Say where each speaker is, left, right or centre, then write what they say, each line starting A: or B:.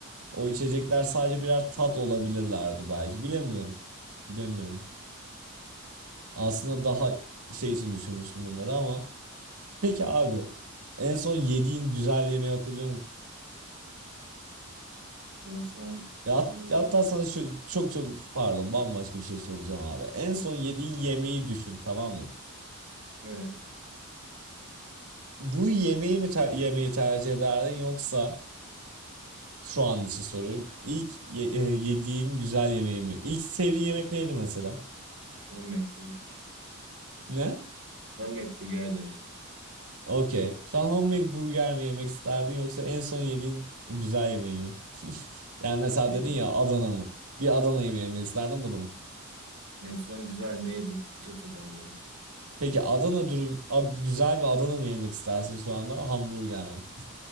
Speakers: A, on the right; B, on the right.
A: o içecekler sadece birer tat olabilirlerdi belki. Bilemiyorum. Bilemiyorum. Aslında daha şey için düşünmüştüm bunları ama. Peki abi en son yediğin güzel yemeği hatırlıyor musun?
B: En son
A: Ya hat-
B: e,
A: ya hatta sana şu çok çok pardon bambaşka bir şey soracağım abi. En
B: son.
A: son yediğin yemeği düşün tamam mı?
B: Evet.
A: Bu yemeği mi ter- yemeği tercih ederdin yoksa Şu an için soruyorum. İlk ye- e, yediğin güzel yemeği mi? İlk sevdiğin yemek neydi mesela?
B: Homemade burger.
A: Ne?
B: Homemade burger demiştim.
A: Okey. Şu an homemade burger mi yemek isterdin yoksa en son yediğin güzel yemeği mi? <laughs> Yani mesela
B: E,
A: dedin ya Adana mı? Bir Adana yemeği yemek isterdin bunu mu?
B: en son güzel ne yedim? Hiç hatırlamıyorum ki.
A: Peki Adana dürüm, ad- güzel bir Adana mı yemek istersin şu anda? Hamburger mi?